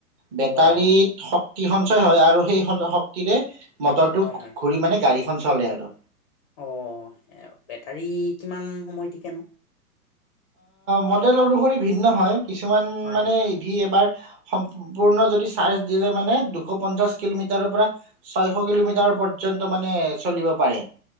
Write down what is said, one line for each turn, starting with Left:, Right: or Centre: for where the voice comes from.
Right: বেটাৰীত
Left: অ'
Right: শক্তি সঞ্চয় হয় আৰু সেই শক্তিৰে- মটৰটোক
Left: হয় হয়।
Right: ঘূৰি মানে গাড়ী খন চলে আৰু
Left: অ বেটাৰী কিমান সময় থিকে ন
Right: মডেল অনুসৰি ভিন্ন হয় <unintelligible> কিছুমান
Left: হয়
Right: মানে
Left: হয়
Right: ইভি এবাৰ সম্পূৰ্ণ যদি চাৰ্জ দিলে মানে দুশ পঞ্চাশ কিলোমিটাৰৰ পৰা ছয়শ কিলোমিটাৰৰ প <unintelligible> পযন্ত
Left: অ
Right: মানে চলিব <unintelligible> পাৰে